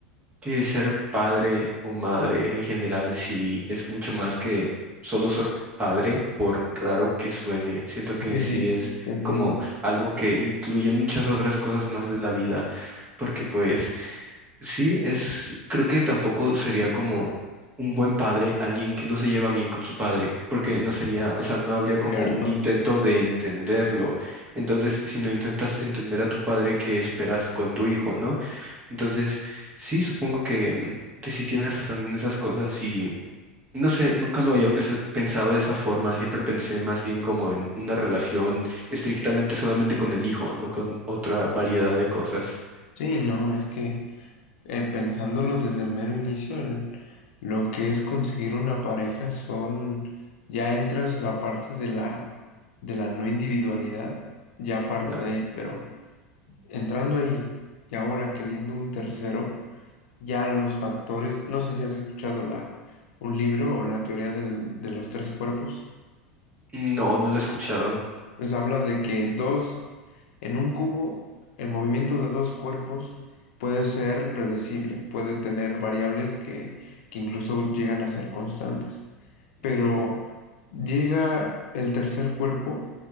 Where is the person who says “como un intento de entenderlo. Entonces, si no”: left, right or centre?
Right